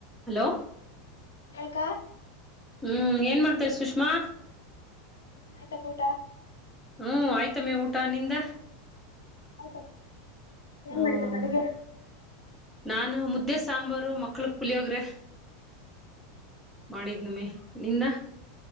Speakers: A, in the centre; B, on the left.
A: Hello
B: ಹೇಳ್ಕ.
A: ಹ್ಮ್ ಏನ್ ಮಾಡ್ತೈ ಸುಷ್ಮಾ.
B: ಆಯ್ತಾಕ ಊಟ.
A: ಹ್ಮ್ ಆಯ್ತಮ್ಮಿ ಊಟ ನಿಂದ.
B: ಆಯ್ತತ ಏನ್
A: ಹ್ಮ್
B: ಮಾಡಬೇಕು ಅಡುಗೆ
A: ನಾನು ಮುದ್ದೆ ಸಾಂಬಾರು ಮಕ್ಳಕ್ ಪುಲಿಯೋಗ್ರೆ ಮಾಡಿದ್ ನಮ್ಮಿ ನಿಂದ